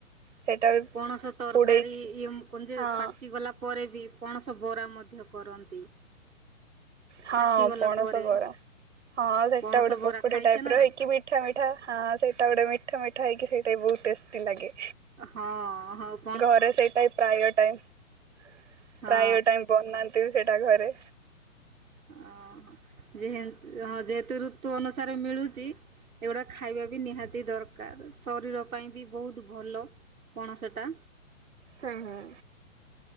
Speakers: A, on the right; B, on the right.
A: ସେଟା ବି
B: ପଣସ ତରକାରୀ
A: ପୋଡେଇକି
B: ଇମ କୁ ଯେ
A: ହଁ
B: ପାଚିଗଲା ପରେ ବି ପଣସ ବରା ମଧ୍ୟ କରନ୍ତି।
A: ହଁ
B: ପାଚିଗଲା
A: ପଣସ
B: ପରେ
A: ବରା ହଁ ସେଟା
B: ପଣସ
A: ଗୋଟେ
B: ବରା
A: ପକୁଡି
B: ଖାଇଛ
A: ଟାଇପର
B: ନା ନାଇଁ?
A: ହେଇକି ବି ମିଠା ମିଠା ହଁ ସେଇଟା ଗୋଟେ ମିଠା ମିଠା ହେଇକି ସେଇଟା ବହୁତ ଟେଷ୍ଟି ଲାଗେ।
B: ଅ ହଁ ହଁ ପ୍
A: ଘରେ ସେଇଟା ପ୍ରାୟ ଟାଇମ
B: ହଁ।
A: ପ୍ରାୟ ଟାଇମ ବନାନ୍ତି ବି ସେଇଟା ଘରେ।
B: ଅ ହଁ ଯେହେଁ ଯେହେତୁ ଋତୁ ଅନୁସାରେ ମିଳୁଚି ଏଗୁଡ଼ା ଖାଇବା ବି ନିହାତି ଦରକାର ଶରୀର ପାଇଁ ବି ବହୁତ ଭଲ। ପଣସଟା।
A: ହୁଁ ହୁଁ।